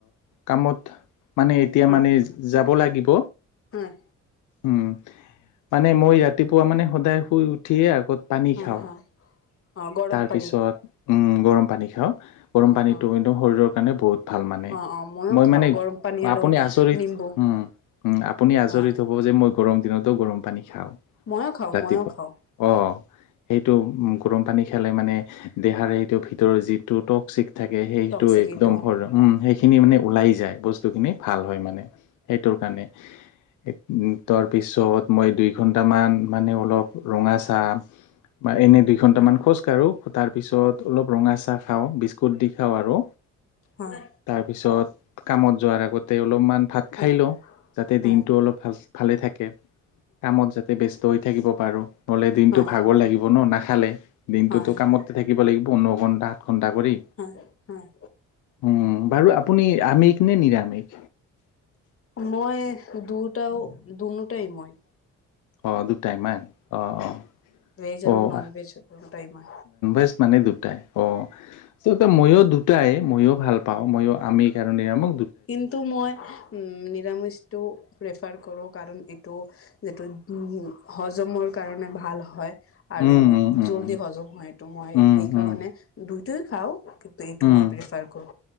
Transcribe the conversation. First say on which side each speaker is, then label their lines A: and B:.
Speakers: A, on the left; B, on the left.
A: কামত মানে এতিয়া
B: হয়,
A: মানে যাব লাগিব।
B: হয়,
A: উম মানে মই ৰাতিপুৱা মানে সদায় শুই উঠিয়ে আগত পানী
B: হয়,
A: খাওঁ।
B: হয়, অ', গৰম
A: তাৰপিছত
B: পানী
A: গৰম পানী খাওঁ। গৰম
B: অ',
A: পানীতটো
B: হয়।
A: একদ শৰীৰৰ কাৰণে বহুত ভাল মানে।
B: অ', অ', ময়ো
A: মই
B: খাওঁ
A: মানে
B: গৰম পানী আৰু
A: আপুনি আজৰিত
B: নিম্বু
A: উম উম আপুনি আচৰিত
B: হয়।
A: হ'ব যে মই গৰম দিনতো গৰম পানী খাওঁ
B: ময়ো খাওঁ
A: ৰাতিপুৱা
B: ময়ো খাওঁ
A: অ' সেইটো গৰম পানী খালে মানে দেহাৰে সেইটো ভিতৰ যিটো টক্সিক থাকে সেইটো
B: টকচিকিটো
A: একদমৰ উম সেইখিনি মানে ওলাই যায়। বস্তুখিনি ভাল হয় মানে সেইটোৰ কাৰণে। হয় তাৰ পিছত মই দুই ঘন্টাামান মানে অলপ ৰঙা চাহ বা এনে দুই ঘণ্টামান
B: হয়,
A: খোজ ি <unintelligible> বি্ু দি খ আৰু
B: হয়, হয়,
A: পিছত কামত যোৱাৰ আগতে অলপমান ভাত খাই
B: হয়,
A: লওঁ। যাতে
B: হয়,
A: দিনটো
B: হয়,
A: অলপ ভাল ভালে থাকে। কামত যাতে ব্যস্ত হৈ থাকিব পাৰো। নহলে দিনটো
B: হয়,
A: ভাগৰ লাগিব ন নাখালে। দিনটোতো
B: হয়, হয়,
A: কামতে থাকিব লাগিব ন ঘন্টাত ঘন্টা কৰি
B: হয়, হয়।
A: উম বাৰু আপুনি আমিষ নে নিৰামিষ।
B: মই দুটাও দুইটাই মই
A: অ দুটাইমান অ'
B: ভেজ আৰু
A: অ'
B: নন ভেজ দুটাই মই
A: <unintelligible> মানে দুটাই অ ত মইো দু তাই ময়ো ভাল পাওঁ ময়ো আমি কাৰণে আমক
B: কিন্তু মই নিৰামিষ তো এপ্ৰফাৰ কৰো। কাৰণ এইটো যিটো উ হজমৰ কাৰণে ভাল হয়। আৰু
A: উম উম
B: জল্দি হজম হয়টো মই
A: উম
B: সেই কাৰণে
A: উম
B: দুই খাও কিন্তু এইটো
A: উম
B: মই
A: উম
B: প্ৰেফাৰ ক